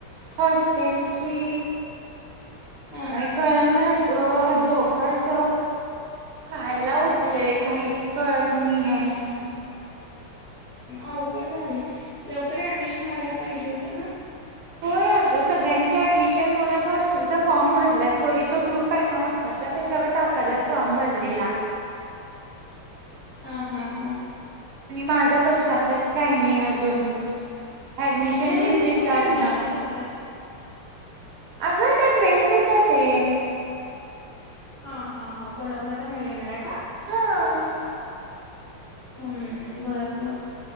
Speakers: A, on the right (about 80°); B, on the left (about 55°).
A: हॉस्टेलची
B: हा
A: काय कळना. घर <unintelligible> धोका अस खायला उठलय काहीच कळत नाहीये.
B: अवघड झालय लवकर ऍडमिशन व्हायला पाहिजे होत ना?
A: होय अग सगळ्यांचे ऍडमिशन होणार हॉस्टेलचा फॉर्म भरला तरी तो ग्रुप ग्रुप आहे ना व्हाट्सअपचा त्याच्यावर टाकायला फॉर्म भरलेला.
B: हां हां हां
A: माझ कशातच काही नाही अजून. ऍडमिशन
B: त्या मुली
A: रिसिट
B: कुठे
A: लागणार.
B: ऍडमिशन घेतलं
A: अग त्यात <unintelligible> ते.
B: हां हां हां कोल्हापुरात राहायला येणार आहे का?
A: हां
B: हम्म बर बर.